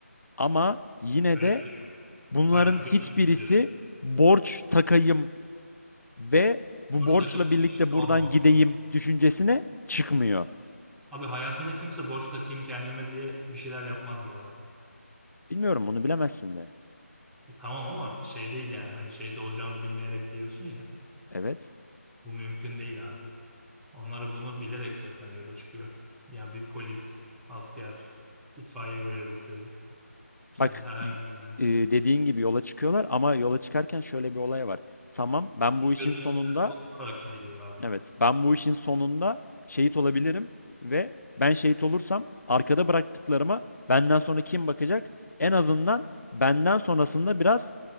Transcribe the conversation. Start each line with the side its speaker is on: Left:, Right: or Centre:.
Left: Ama yine
Centre: Böyle
Left: de
Centre: bir şey yok.
Left: bunların
Centre: Hayır, göze
Left: hiçbirisi
Centre: alıp gidiyorsun.
Left: borç takayım ve bu
Centre: Boş
Left: borçla
Centre: takıp gitmiş
Left: birlikte
Centre: de
Left: buradan
Centre: onunla olmuş.
Left: gideyim
Centre: adam.
Left: düşüncesine çıkmıyor.
Centre: Abi hayatında kimse boş takayım kendime diye bir şeyler yapmaz bu arada.
Left: Bilmiyorum bunu bilemezsin de.
Centre: E tamam ama şey değil yani hani şeyde olacağını bilmeyerek diyorsun ya.
Left: Evet.
Centre: Bu mümkün değil abi. Onlar bunu bilerek zaten yola çıkıyor. Ya bir polis, asker, itfaiye görevlisi, işte
Left: Bak
Centre: herhangi
Left: y-
Centre: bir yani.
Left: e, dediğin gibi yola çıkıyorlar ama yola çıkarken şöyle bir olay var. Tamam ben
Centre: Benim
Left: bu işin
Centre: gözüm
Left: sonunda
Centre: önüne bulundurarak gidiliyor abi.
Left: Evet, ben bu işin sonunda şehit olabilirim ve ben şehit olursam arkada bıraktıklarıma benden sonra kim bakacak? En azından benden sonrasında biraz